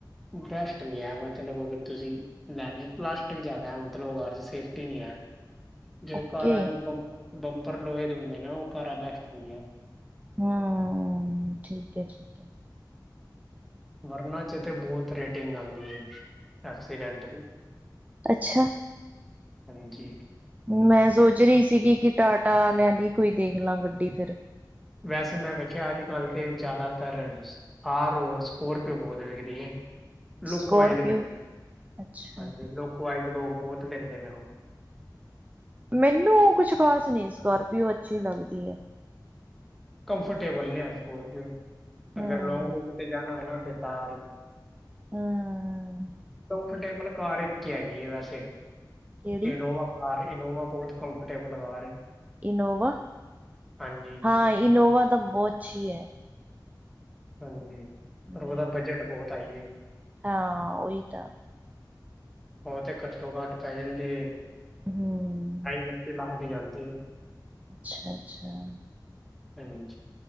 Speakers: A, in the centre; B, on the right.
A: ਬੈਸਟ ਨਹੀਂ ਐ ਮਤਲਬ ਅਗਰ ਤੁਸੀਂ ਲੈਣੇ ਪਲਾਸਟਿਕ ਜ਼ਿਆਦਾ ਮਤਲਬ ਓ ਸੇਫਟੀ ਨਹੀਂ ਐ। ਜੋ
B: ਓਕੇ
A: ਕਾਰਾ ਦੇ ਬੰ ਬੰਪਰ ਲੋਹੇ ਦੇ ਹੁੰਦੇ ਨਾ ਉਹ ਕਾਰਾ ਬੈਸਟ ਹੁੰਦੀਆਂ।
B: ਹਾਂ ਠੀਕ ਹੈ ਠੀਕ ਹੈ।
A: ਵਰਨਾ ਚ ਤੇ ਬਹੁਤ ਰੇਟਿੰਗ ਆਂਦੀ ਐ। ਐਕਸੀਡੈਂਟ ਦੀ,
B: ਅੱਛਾ
A: ਹਾਂਜੀ।
B: ਮੈਂ ਸੋਚ ਰਹੀ ਸੀਗੀ ਕਿ ਟਾਟਾ ਲਿਆਂਦੀ ਕੋਈ ਦੇਖ ਲਾਂ ਗੱਡੀ ਫਿਰ।
A: ਵੈਸੇ ਮੈਂ ਵੇਖਿਆ ਅੱਜ ਕੱਲ ਤੇ ਜ਼ਿਆਦਾਤਰ ਆਰ ਔਰ ਸਕੋਰਪੀਓ ਬਹੁਤ ਵਿਕਦੀ ਏ। ਲੁੱਕ
B: ਸਕੋਰਪੀਓ
A: ਵਾਈਜ਼ ਲੈਂਦੇ,
B: ਅੱਛਾ
A: ਹਾਂਜੀ ਲੁੱਕ ਵਾਈਜ਼ ਲੋਕ ਬਹੁਤ ਲੈਂਦੇ ਮੈਨੂੰ।
B: ਮੈਨੂੰ ਉਹ ਕੁਛ ਖ਼ਾਸ ਨੀ, ਸਕਾਰਪੀਓ ਉਹ ਅੱਛੀ ਲੱਗਦੀ ਐ।
A: ਕੰਫਰਟੇਬਲ ਨੀਂ ਆ ਸਕਾਰਪੀਓ
B: ਹਮ
A: ਅਗਰ ਲੋਡ ਕਿਤੇ ਜਾਣਾ ਹੋਵੇ ਕਿਸੇ ਦੇ ਘਰ
B: ਹੂੰ ਹੂੰ
A: ਕੰਫਰਟੇਬਲ ਕਾਰ ਇੱਕ ਹੀ ਹੈਗੀ ਐ ਵੈਸੇ
B: ਕਿਹੜੀ
A: ਇਨੋਵਾ। ਆਰ ਏ ਇਨੋਵਾ ਬਹੁਤ ਕੰਫਰਟੇਬਲ ਕਾਰ ਏ।
B: ਇਨੋਵਾ।
A: ਹਾਂਜੀ।
B: ਹਾਂ ਇਨੋਵਾ ਤਾਂ ਬਹੁਤ ਅੱਛੀ ਏ।
A: ਹਾਂਜੀ, ਪਰ
B: ਹੂੰ,
A: ਉਹਦਾ ਬਜਟ ਬਹੁਤ ਹਾਈ ਏ।
B: ਹਾਂ ਓਈ ਤਾਂ।
A: ਉਹ ਤੇ ਘੱਟੋ ਘੱਟ ਪੈ ਜਾਂਦੀ ਏ,
B: ਹਮ
A: ਠਾਈ ਉੱਨਤੀ ਲੱਖ ਦੀ ਜਾਂਦੀ ਏ।
B: ਅੱਛਾ ਅੱਛਾ
A: ਹਾਂਜੀ